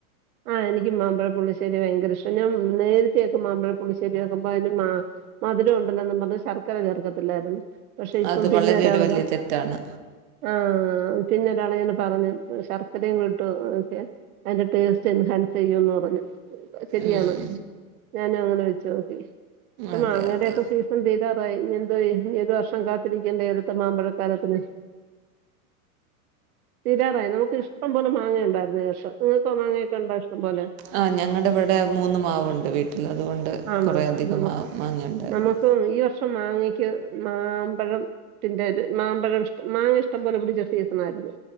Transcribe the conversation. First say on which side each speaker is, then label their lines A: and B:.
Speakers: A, on the right; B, on the right.
A: ആഹ എനിക്കും മാമ്പഴ പുള്ളിശേരി ഭയങ്കര ഇഷ്ടാ ഞാൻ നേരത്തെയൊക്കെ മാമ്പഴപുള്ളിശ്ശരി ശരിയാക്കുമ്പോ അതിന് മ മധുരം ഉണ്ടല്ലോന്ന് പറഞ്ഞ് ശർക്കര ചേർക്കത്തില്ലായിരുന്നു പക്ഷെ ഇപ്പം
B: അത്
A: പിന്നെ
B: വളരെ
A: ഒരാള്
B: ഒരു വലിയ
A: ഇതാ
B: തെറ്റാണ്
A: ആഹ് പിന്നെ ഒരാള് ന്നോട് പറഞ്ഞു ശർക്കരയും കൂടെ ഇട്ടോക് അതിന്റെ ടേസ്റ്റ് ടേസ്റ്റ് ഇൻഹാൻസ് ചെയ്യുമന്ന് പറഞ്ഞു ശരിയാണ്
B: ഉം
A: ഞാനും അങ്ങനെ വെച്ച് നോക്കി പക്ഷെ
B: അതെ
A: മാങ്ങടയൊക്കെ
B: അതെ
A: സി സീസൺ തീരാറായി ഇനി എന്തോയ്യും ഇനി ഏത് വർഷം കാത്തിരിക്കേണ്ട അടുത്ത മാമ്പഴക്കാലത്തിന് തീരാറായി നമുക്ക് ഇഷ്ടം പോലെ മാങ്ങ ഉണ്ടായിരുന്നു ഈ വർഷം നിങ്ങൾക്കോ മാങ്ങ ക്കെ ഇണ്ടോ ഇഷ്ടം പോലെ
B: ആ ഞങ്ങടെ ഇവടെ മൂന്ന് മാവുണ്ട് വീട്ടിൽ അതുകൊണ്ട്
A: ആണോ
B: കുറേയധികം
A: നമു
B: മാവ് മാങ്ങയുണ്ടായിരുന്നു
A: നമുക്ക് ഈ വർഷം മാങ്ങക്ക് മാമ്പഴം തിന്റേത് മാമ്പഴം ഇഷ്ടം മാങ്ങ ഇഷ്ടം പോലെ ഇണ്ട് <unintelligible> തിനായിരുന്നു